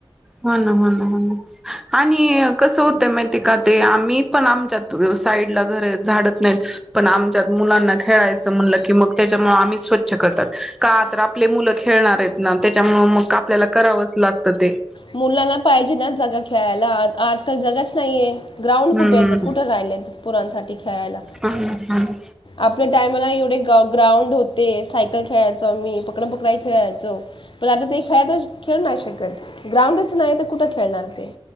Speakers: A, in the centre; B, on the left.
A: ह ना हो ना ह आणि कसं होतं माहिती का ते आम्ही पण आमच्यात साईडला घर झाडत नाहीत पण आमच्यात मुलांना खेळायचं म्हणलं की मग त्याच्यामुळे आम्ही स्वच्छ करतात का तर आपले मुलं खेळणार आहेत ना त्या त्याच्यामुळेळ मग आपल्याला करावंच लागतं ते
B: मुलांना पाहिजे ना जागा खेळायला आ आजकाल जगच नाही आहे ग्राउंड
A: हम्म
B: कुठे कुठे राहिले आहेत पुरांसाठी खेळायला
A: हम्म
B: आपल्या टायमाला एवढे ग्राउंड होते सायकल खेळायचो आम्ही पकड पकडाई खेळायचो पण आता ते खेळ तर खेळ नाही शकत ग्राउंडच नाही तर कुठं खेळणार ते